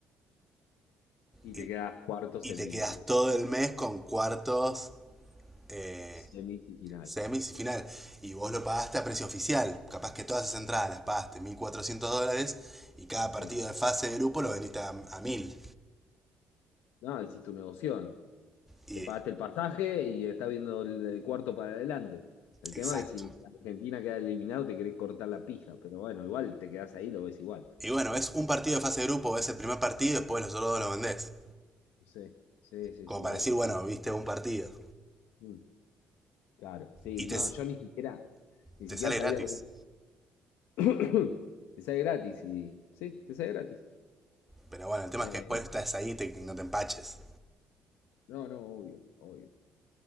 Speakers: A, on the left (about 80°); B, in the centre.
A: Y
B: y,
A: te quedas cuarto semi,
B: y te quedas todo el mes con cuartos, eh,
A: semifinal.
B: semis y final. Y vos lo pagaste a precio oficial. Capaz que todas esas entradas las pagaste 1.400 dólares y cada partido
A: Sí.
B: de fase de grupo lo vendiste a, a 1.000.
A: No, hiciste tu negocio.
B: Y,
A: Te pagaste el pasaje y estás viendo el, el cuarto para adelante. El
B: exacto.
A: tema es si Argentina queda eliminado, te querés cortar la pija, pero bueno, igual te quedás ahí, lo ves igual.
B: Y bueno, ves un partido de fase de grupo, ves el primer partido y después los otros dos lo vendés.
A: Sí, sí, sí,
B: Como
A: sí,
B: para
A: obvio.
B: decir, bueno, viste un partido.
A: Mm, claro, sí,
B: Y te,
A: no, yo ni siquiera, ni
B: te
A: siquiera
B: sale
A: sabía
B: gratis.
A: cómo. <coughs> <clears throat> Te sale gratis y. Sí, te sale gratis.
B: Pero bueno, el tema
A: Eh,
B: es que después estás ahí y te, no te empaches.
A: no, no, obvio, obvio.